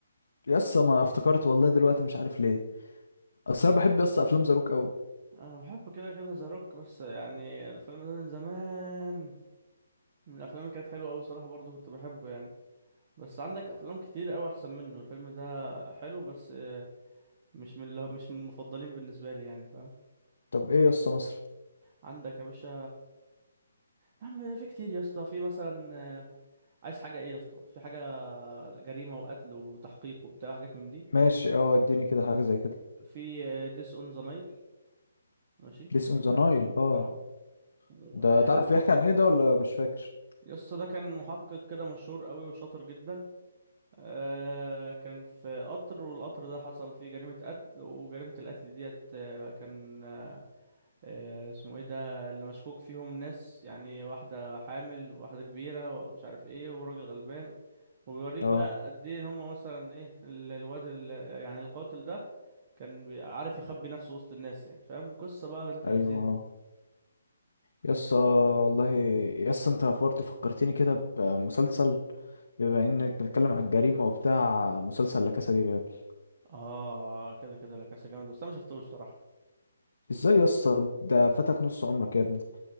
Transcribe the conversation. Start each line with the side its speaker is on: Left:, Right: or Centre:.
Left: يسا ما افتكرت والله دلوقتي مش عارف ليه اصل انا بحب يسا افلام زاروك قوي
Right: أنا بحب كده كده ذا روك بس يعني الفيلم ده من زمان من الأفلام اللي كانت حلوة أوي صراحة برضه كنت بحبه يعني بس عندك أفلام كتير أوي أحسن منه الفيلم ده حلو بس مش من اللي هو- مش من المفضلين بالنسبة لي يعني فاهم
Left: طب ايه يسا مثلا
Right: عندك يا باشا يا عم في كتير يا اسطى في مثلا آه، عايز حاجة ايه يا اسطى في حاجة جريمة وقتل وتحقيق وبتاع وحاجات من دي
Left: ماشي اه اديني كده حاجه زي كده
Right: في ديس اون ذا نايل ماشي
Left: ديس اون ذا نايل اه
Right: اه و-
Left: ده
Right: آه،
Left: تعرف بيحكي عن ايه ده ولا مش فاكر
Right: يا اسطى ده كان محقق كده مشهور قوي وشاطر جدا آه، كان في قطر والقطر ده حصل فيه جريمة قتل وجريمة القتل ديت آه، كان آه، آه، اسمه ايه ده اللي مشكوك فيهم ناس يعني واحدة حامل وواحدة كبيرة ومش عارف ايه وراجل غلبان وبيوريك
Left: اه
Right: بقى قد ايه هما مثلا ايه ال- الواد ال- يعني القاتل ده كان بي- عارف يخبي نفسه وسط الناس يعني فاهم قصة بقى بنت
Left: ايوه
Right: لذينه
Left: اه يسا والله يسا انت برضه فكرتني كده بمسلسل بما انك بتتكلم على الجريمه وبتاع مسلسل لا كاسا دي بابل
Right: اه كده كده لا كاسا جامد بس انا ما شفتوش صراحة
Left: ازاي يسا ده فاتك نص عمرك يا ابني